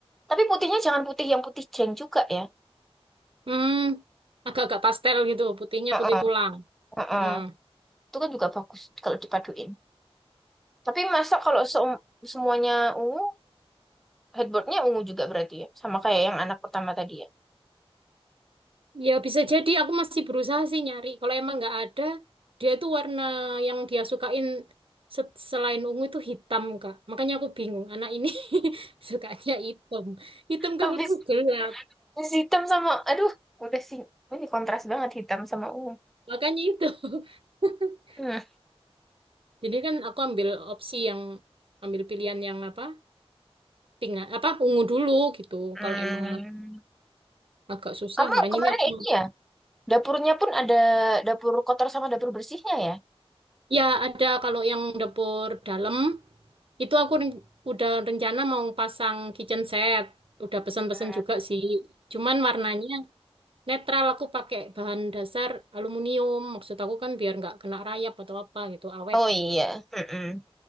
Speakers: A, in the centre; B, on the right.
A: Tapi putihnya jangan putih yang putih jeng juga ya.
B: hmm, agak-agak pastel gitu. Putihnya
A: Heeh,
B: putih tulang.
A: heeh.
B: Hmm.
A: Itu kan juga bagus kalau dipaduin. Tapi masa kalau seum- semuanya ungu, headboardnya ungu juga berarti ya. Sama kayak yang anak pertama tadi ya.
B: Ya, bisa jadi aku masih berusaha sih nyari. Kalau emang nggak ada, dia tuh warna yang dia sukain se- selain ungu itu hitam, Kak. Makanya aku bingung. Anak ini <laughs> sukanya hitam. Hitam
A: Habis,
B: kalau tuh gelap.
A: habis hitam sama, aduh, udah sih. Ini kontras banget hitam sama ungu.
B: Makanya itu. <laughs>
A: Hmm.
B: Jadi kan aku ambil opsi yang ambil pilihan yang apa? Pink apa ungu dulu gitu.
A: Hmm,
B: Kalau emang agak susah,
A: Kamu
B: makanya
A: kemarin
B: ini aku
A: ini ya, dapurnya pun ada dapur kotor sama dapur bersihnya ya?
B: ya ada kalau yang dapur dalam itu aku ren- udah rencana mau pasang kitchen set. Udah pesan-pesan
A: heeh.
B: juga sih. Cuman warnanya netral aku pakai bahan dasar aluminium. Maksud aku kan biar nggak kena rayap atau apa gitu, awet
A: Oh iya.
B: gitu loh.
A: heeh.